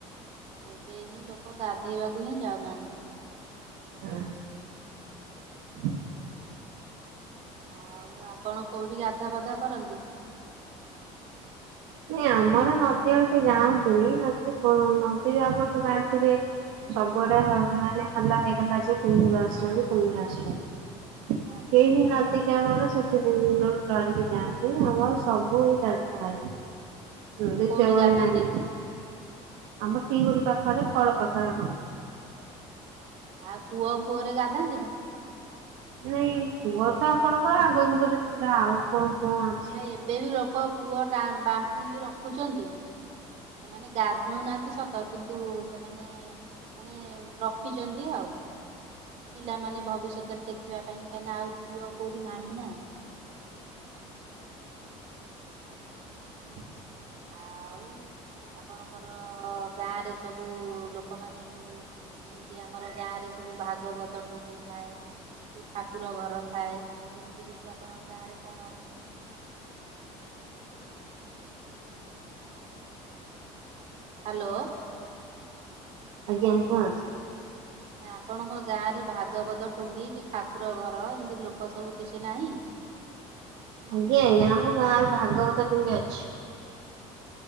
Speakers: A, on the right (about 60°); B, on the right (about 85°).
A: ଏବେ ହିଁ ଲୋକ ଗାଧେଇବାକୁ ହିଁ ଯାଉନାହାନ୍ତି।
B: ହୁଁ। <inaudible>
A: ଆଉ ଆପଣ କୋଉଠି ଗାଧୁଆ ପାଧୁଆ କରନ୍ତି?
B: ନାଇଁ ଆମର ନଦୀ ଆଡେ କେହି ଯାଆନ୍ତିୁନି ନଦୀରେ କଣ ନଦୀରେ ଆପଣ ତ ଜାଣିଥିବେ? ସବୁଆଡେ ହା ମାନେ ହାଲା ହେଇଗଲା ଯେ କୁମ୍ଭୀର ଆସୁଛନ୍ତି କୁମ୍ଭୀର ଆସୁଛନ୍ତି।
A: ଆଜ୍ଞା
B: କେହି ନଦୀ କି ଆମର ସେଥିପେଇଁ ଢରିକି ଯାଆନ୍ତିନି ଆମର ସବୁ ହିଁ ଗାଧୁଆ ହୁଏ। <unintelligible>
A: କୋଉଠି ଗାଧାନ୍ତି?
B: ଆମର ଟିୱଲ ପାଖରେ କଳ ପାଖରେ ଆମ ଘର।
A: ଆଉ କୂଅ ଫୁଅରେ ଗାଧାନ୍ତିନି।
B: ନାଇଁ କୂଅ ତ ଆପଣଙ୍କର ଆଗ ଯୁଗରେ ଥିଲା ଆଉ। କଣ, - ପଞ୍ଚ <inaudible>
A: ଆଏ ଏବେ ବି ଲୋକ ପୁଅଟା ବାମ୍ଫି ବି ରଖୁଛନ୍ତି ସେମାନେ ଗାଧଉନାହାନ୍ତି ସତ କି ତୁ ସେମାନେ- ମାନେ ରଖିଛନ୍ତି ଆଉ। ପିଲାମାନେ ଭବିଷ୍ୟତରେ ଦେଖିବା ପାଇଁ କାହିଁକି ନା ଆଉ କୂଅ କୋଉଠି ନାହିଁ ନା।
B: <inaudible>
A: ଆଉ- ଆପଣଙ୍କର ଗାଁରେ ସବୁ ଲୋକମାନେ ସବୁ ଏମିତି ଆମର ଗାଁ ରେ ସବୁ ଭାଗବତ ଟୁଙ୍ଗି ଥାଏ। କି ଠାକୁର ଘର ଥାଏ, ସେମିତି କିଛି ଆପଣଙ୍କ ଗାଁ ରେ କଣ ଅଛି? ହ୍ୟାଲୋ।
B: ଆଜ୍ଞା କୁହନ୍ତ?
A: ଆଁ ଆପଣଙ୍କ ଗାଁରେ ଭାଗବତ ଟୁଙ୍ଗି କି ଠାକୁର ଘର ଏମିତି ଲୋକ ସବୁ କିଛି ନାହିଁ।
B: ଆଜ୍ଞା ଆଜ୍ଞା ଆମ ଗାଁର ଭାଗବତ ଟୁଙ୍ଗି ଅଛି।